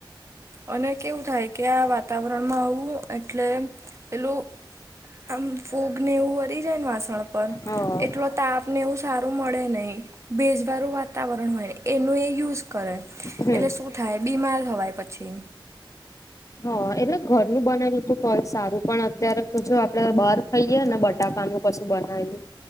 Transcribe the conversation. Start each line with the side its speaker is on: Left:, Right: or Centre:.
Right: અને કેવું થાય કે આ વાતાવરણમાં આવું એટલે પેલું આમ ફૂગને એવું વરી જાય ને વાસળ
Left: હા
Right: એટલો તાપ ને એવું સારું મળે નહી ભેજબારું વાત વાતાવરણ હોય ને એનું એ યુઝ કરે
Left: હમ
Right: એટલે શું થાય બીમાર થવાય પછી
Left: હા એટલે ઘરનુંું બનાલું તું કય સારું પણ અત્યારે તો જો આપડે ખઈએે ને બટાકાનું પું બનાવેલું